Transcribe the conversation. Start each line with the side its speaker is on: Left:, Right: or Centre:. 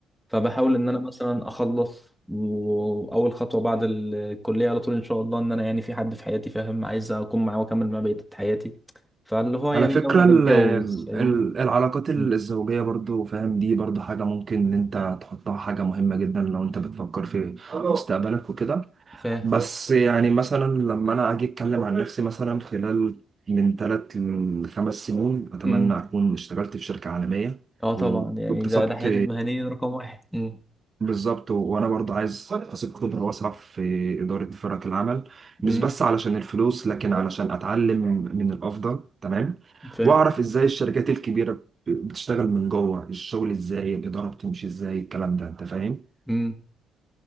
Centre: فبحاول ان انا مثلا اخلص واول خطوه بعد الكليه على طول ان شاء الله ان انا يعني في حد في حياتي فاهم عايز اكون معاه واكمل معاه بقيه حياتي فاللي هو
Right: على
Centre: يعني
Right: فكرة
Centre: ناوي
Right: ال-
Centre: اتجوز فاهمني
Right: ال- العلاقات الزوجية
Centre: مم.
Right: برضو فاهم دي برضو حاجة ممكن إن أنت تحطها حاجة مهمة جدا لو أنت بتفكر في مستقبلك وكده
Centre: فاهم
Right: بس يعني مثلا لما انا اجي اتكلم عن نفسي مثلا خلال من ثلاث لخمس سنين اتمنى
Centre: مم.
Right: اكون اشتغلت في شركه عالميه
Centre: اه طبعا يعني
Right: واكتسبت
Centre: ده ده حياتي المهنيه رقم واحد مم.
Right: بالظبط وانا برضه عايز اكتسب خبره واسعه في اداره فرق العمل مش
Centre: مم.
Right: بس علشان الفلوس لكن علشان اتعلم من الافضل تمام
Centre: فاهم
Right: واعرف ازاي الشركات الكبيره بتشتغل من جوه الشغل ازاي الاداره بتمشي ازاي الكلام ده انت فاهم
Centre: مم.